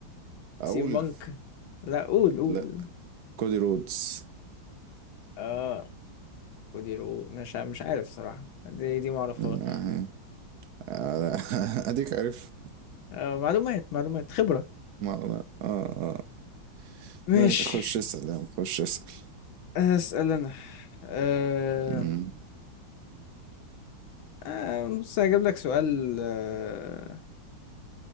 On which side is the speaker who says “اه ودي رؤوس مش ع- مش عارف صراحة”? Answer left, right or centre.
Left